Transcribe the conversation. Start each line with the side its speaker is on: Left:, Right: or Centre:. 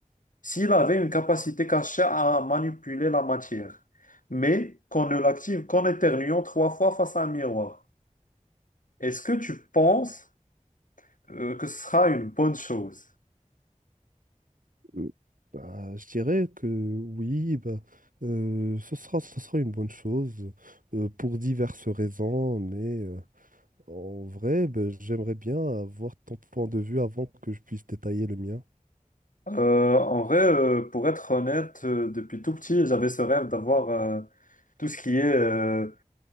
Left: s'il avait une capacité cachée à manipuler la matière, mais qu'on ne l'active qu'en éternuant trois fois face à un miroir. Est-ce que tu penses euh, que ce sera une bonne chose?
Right: Euh, bah, je dirais que oui, bah, euh, ce sera, ce sera une bonne chose euh, pour diverses raisons, mais euh, en vrai, bah, j'aimerais bien avoir ton point de vue avant que je puisse détailler le mien.
Left: Euh, en vrai, euh, pour être honnête, euh, depuis tout petit, j'avais ce rêve d'avoir euh, tout ce qui est euh,